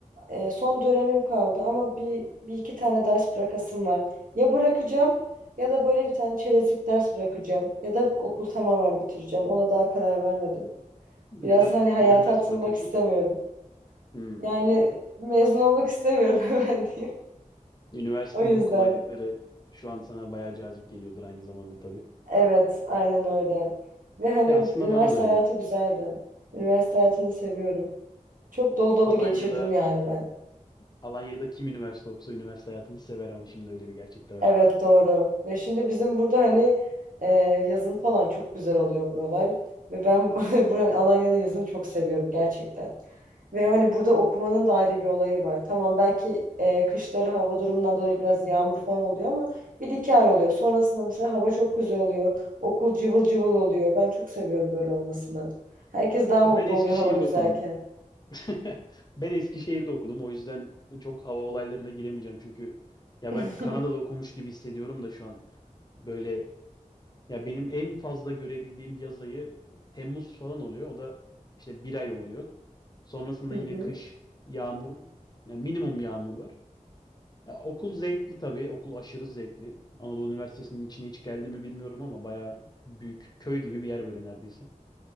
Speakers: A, on the right; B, on the left.
A: E, son dönemim kaldı ama bir, bir iki tane ders bırakasım var. Ya bırakacağım ya da böyle bir tane çerezlik ders bırakacağım. Ya da okul tamamen bitireceğim. Ona daha karar vermedim.
B: Neden
A: Biraz hani hayata
B: neden ders
A: atılmak
B: bırakıyorsun
A: istemiyorum.
B: ki? Hmm,
A: Yani
B: anladım.
A: mezun olmak istemiyorum <laughs> hemen diyeyim.
B: Üniversitenin
A: O yüzden.
B: kolaylıkları şu an sana bayağı cazip geliyordur aynı zamanda tabii.
A: Evet, aynen öyle. Ve hani
B: Ya aslında
A: üniversite
B: bana da öyle.
A: hayatı güzeldi. Üniversite hayatını seviyorum. Çok dolu dolu
B: Alanya'da
A: geçirdim yani ben.
B: Alanya'da kim üniversite okusa üniversite hayatını sever ama şimdi öyle bir gerçek de var.
A: Evet doğru. Ve şimdi bizim burada hani e, yazın falan çok güzel oluyor buralar. Ve ben <laughs> buranın Alanya'nın yazını çok seviyorum gerçekten. Ve hani burada okumanın da ayrı bir olayı var. Tamam belki e, kışları hava durumundan dolayı biraz yağmur falan oluyor ama bir iki ay oluyor. Sonrasında mesela hava çok güzel oluyor. Okul cıvıl cıvıl oluyor. Ben çok seviyorum böyle olmasını. Herkes daha
B: Ben
A: mutlu
B: Eskişehir'de
A: oluyor hava güzelken.
B: okudum. <laughs> Ben Eskişehir'de okudum. O yüzden çok hava olaylarına giremeyeceğim. Çünkü ya
A: <laughs>
B: ben Kanada'da okumuş gibi hissediyorum da şu an. Böyle ya benim en fazla görebildiğim yaz ayı Temmuz falan oluyor. O da işte bir ay oluyor. Sonrasında
A: Hı
B: yine
A: hı.
B: kış, yağmur, ya minimum yağmur var. Ya okul zevkli tabii. Okul aşırı zevkli. Anadolu Üniversitesi'nin içine hiç geldi mi bilmiyorum ama bayağı büyük köy gibi bir yer böyle neredeyse.